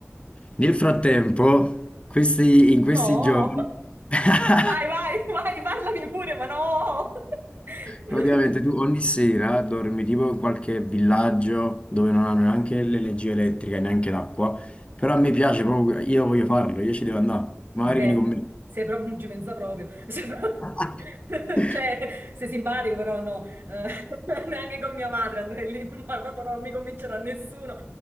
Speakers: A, on the left (about 25°); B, on the right (about 50°).
A: Nel frattempo, questi- in questi
B: No!
A: giorni,
B: <laughs>
A: <laughs>
B: Vai, vai, vai, parlami pure, ma no! <laughs>
A: praticamente tu ogni sera dormi tipo in qualche villaggio dove non hanno neanche l'energia elettrica e neanche l'acqua, però a me piace proprio, io voglio farlo, io ci devo andare, magari
B: Vabbè,
A: vieni con me.
B: se proprio non ci pensa proprio. <laughs> Se pro-
A: <laughs>
B: <laughs> Cioè, sei simpatico, però no. Eh, <laughs> neanche con mia madre andrei lì, <laughs> ma proprio non mi convincerà nessuno.